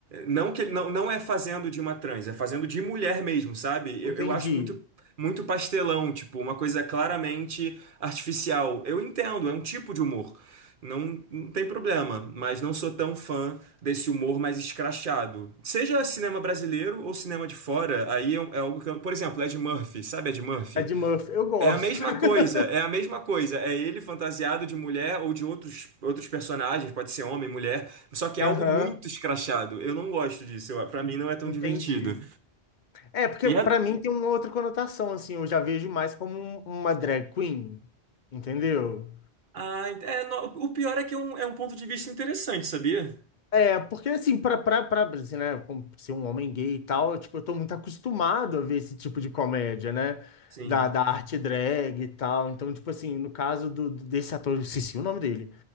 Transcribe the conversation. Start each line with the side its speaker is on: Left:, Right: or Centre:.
Right: Não que não, não é fazendo de uma trans, é fazendo de mulher mesmo, sabe?
Left: Entendi.
Right: Eu, eu acho muito muito pastelão, tipo, uma coisa claramente artificial. Eu entendo, é um tipo de humor. Não, não tem problema, mas não sou tão fã desse humor mais escrachado. Seja cinema brasileiro ou cinema de fora, aí é, um, é algo que eu, Por exemplo, Ed Murphy, sabe Ed Murphy?
Left: Ed Murphy, eu gosto.
Right: É a mesma
Left: <laughs>
Right: coisa, é a mesma coisa. É ele fantasiado de mulher ou de outros, outros personagens, pode ser homem, mulher, só que é algo
Left: Aham,
Right: muito escrachado. Eu não gosto disso, eu, pra mim não é tão
Left: entendi.
Right: divertido.
Left: É, porque
Right: E a-
Left: pra mim tem uma outra conotação, assim, eu já vejo mais como um- uma drag queen, entendeu?
Right: ah, ent- é, no- o pior é que é um, é um ponto de vista interessante, sabia?
Left: É, porque assim, pra, pra, pra, assim, né, como ser um homem gay e tal, tipo, eu tô muito acostumado a ver esse tipo de comédia, né?
Right: Sim,
Left: Da, da arte drag e tal. Então, tipo assim, no caso do, do- desse ator, eu esqueci o nome dele,